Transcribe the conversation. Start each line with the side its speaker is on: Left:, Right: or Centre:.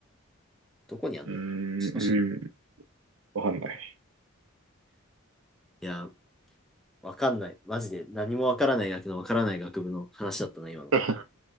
Centre: どこにあんの少し。
Right: うーん、うーん、わかんない。
Centre: いやー、わかんない。マジで何もわからない学のわからない学部の話だったな、今の。
Right: <laughs>